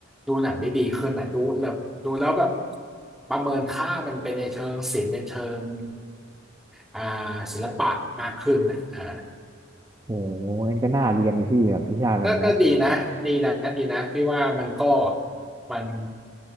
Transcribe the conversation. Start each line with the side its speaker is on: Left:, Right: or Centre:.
Centre: ดูหนังได้ดีขึ้นนะดูแบบดูแล้วแบบประเมินค่ามันเป็นในเชิงศิลป์ในเชิงอ่าศิลปะมากขึ้นนะอ่า
Right: โอ้โหงั้นก็น่าเรียนดิพี่แบบวิชาแบบเนี้ย
Centre: ก็ก็ดีนะดีนะดีนะพี่ว่ามันก็มัน